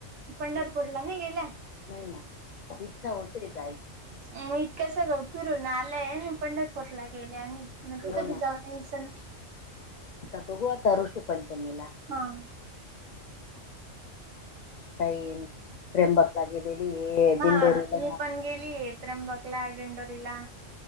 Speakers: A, on the right; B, on the left.
A: पंढरपूरला नाही गेलाय?
B: नाही ना इच्छा होते जायची
A: म इतक्याच गव तुरून आलंय पंढरपूरला गेले आणि म
B: हो
A: कधी
B: ना
A: जाऊन येयचा ना.
B: आता बघू आता ऋषी पंचमीला
A: हां.
B: काही त्र्यंबकला गेलेली आहे
A: हा
B: दिंडोरीला
A: मी पण गेलीये. त्र्यंबकला आडेंडर रीला